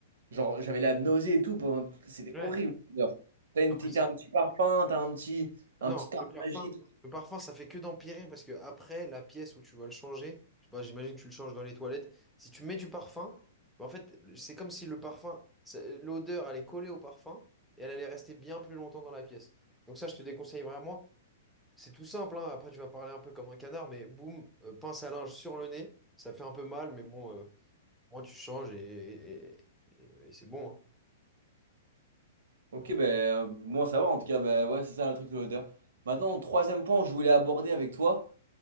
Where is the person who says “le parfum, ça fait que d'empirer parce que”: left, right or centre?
Centre